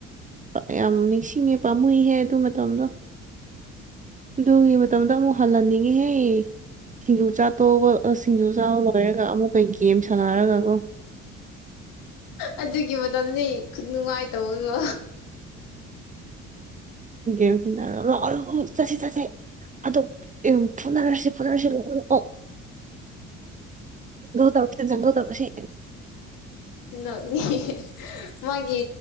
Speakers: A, on the right; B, on the left.
A: ꯑ ꯌꯥꯝ ꯅꯤꯡꯁꯤꯡꯉꯦ ꯄꯥꯝꯃꯨꯏꯍꯦ ꯑꯗꯨ ꯃꯇꯝꯗꯣ ꯑꯗꯨꯒꯤ ꯃꯇꯝꯗ ꯑꯃꯨꯛ ꯍꯜꯍꯟꯅꯤꯡꯉꯤꯍꯦ ꯁꯤꯡꯖꯨ ꯆꯥ ꯑꯇꯣꯧꯕ ꯁꯤꯡꯖꯨ ꯆꯥꯕ ꯂꯣꯏꯔꯒ ꯑꯃꯨꯛꯀꯩ ꯒꯦꯝ ꯁꯥꯟꯅꯔꯒꯀꯣ
B: ꯑꯗꯨꯒꯤ ꯃꯇꯝꯅꯦ ꯅꯨꯡꯉꯥꯏꯇꯧꯅꯣ
A: ꯦꯝꯔ ꯂ ꯆꯠꯁꯤ ꯆꯠꯁꯤ ꯑꯗꯨ ꯐꯨꯅꯔꯁꯤ ꯐꯨꯅꯔꯁꯤ ꯂ ꯑꯣꯑꯣꯪꯒ ꯇ ꯆꯪꯧ ꯇꯧꯕꯁꯦ
B: ꯅꯪꯅꯤ ꯃꯥꯒꯤ